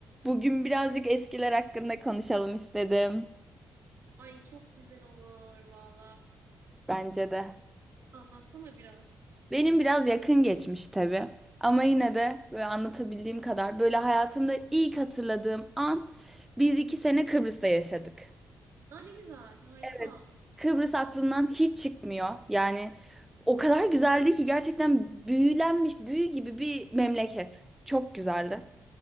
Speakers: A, in the centre; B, on the right.
A: Bugün birazcık eskiler hakkında konuşalım istedim.
B: Ay çok güzel olur valla.
A: Bence de.
B: Anlatsana biraz.
A: Benim biraz yakın geçmiş tabii. Ama yine de böyle anlatabildiğim kadar böyle hayatımda ilk hatırladığım an biz iki sene Kıbrıs'ta yaşadık.
B: Aa, ne güzel, harika.
A: Evet. Kıbrıs aklımdan hiç çıkmıyor. Yani o kadar güzeldi ki gerçekten büyülenmiş büyü gibi bir memleket. Çok güzeldi.